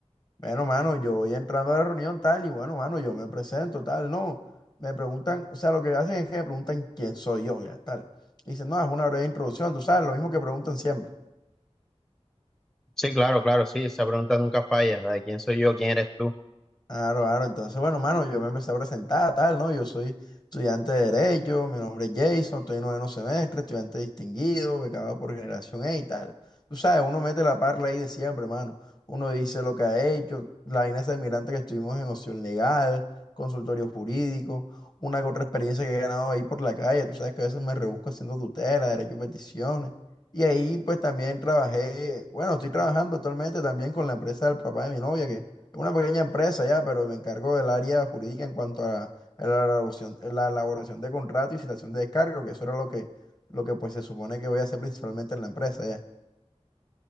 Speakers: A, on the left; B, in the centre.
A: Bueno, mano, yo voy entrando a la reunión, tal, y bueno, mano, yo me presento, tal, no. Me preguntan, o sea, lo que hacen es que me preguntan quién soy yo, ya, tal. Dicen, no, es una breve introducción, tú sabes, lo mismo que preguntan siempre.
B: Sí, claro, claro, sí, esa pregunta nunca falla, la de quién soy yo, quién eres tú.
A: Claro, claro. Entonces, bueno, mano, yo me empecé a presentar, tal, ¿no? Yo soy estudiante de Derecho, mi nombre es Jason, estoy en noveno semestre, estudiante distinguido, becado por Generación E y tal. Tú sabes, uno mete la parla ahí de siempre, mano. Uno dice lo que ha hecho, la vaina esa de migrante que estuvimos en opción legal, consultorio jurídico, una que otra experiencia que he ganado ahí por la calle. Tú sabes que a veces me rebusco haciendo tutela, derecho y peticiones. Y ahí, pues, también trabajé, bueno, estoy trabajando actualmente también con la empresa del papá de mi novia, que una pequeña empresa ya, pero me encargo del área jurídica en cuanto a la elaboración, la elaboración de contrato y citación de descargo, que eso era lo que, lo que pues se supone que voy a hacer principalmente en la empresa ya.